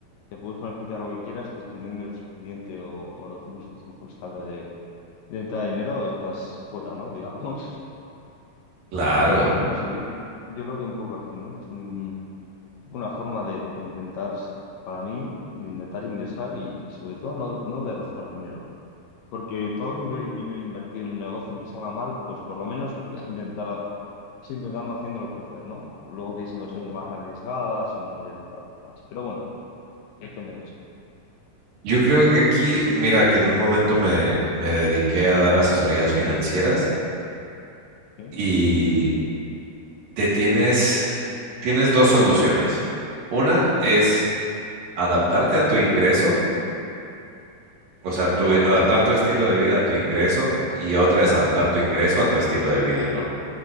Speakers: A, on the left (about 70°); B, on the right (about 65°).
A: te puedes planificar lo que quieras, que si no ingresas suficiente o, o no tienes un flujo estable de, de entrada de dinero, estás fuera, ¿no? <laughs> Digamos.
B: Claro.
A: Pero no sé, yo, yo lo veo un poco así, ¿no? Es un- una forma de, de intentar, para mí, de intentar ingresar y, y sobre todo no, no de rozar dinero. Porque todo inver- dinero invertido en un negocio que salga mal, pues por lo menos es intentar, es intentando haciéndolo crecer, ¿no? Luego tienes inversiones más arriesgadas o menos arriesgadas. Pero bueno, depende mucho.
B: Yo creo que aquí, mira, que en un momento me, me dediqué a dar asesorías financieras
A: ¿Sí?
B: y te tienes, tienes dos soluciones. Una es adaptarte a tu ingreso, o sea, tu- adaptar
A: ¿Sí?
B: tu estilo de vida a tu ingreso y otra es adaptar tu ingreso a tu estilo de vida, ¿no?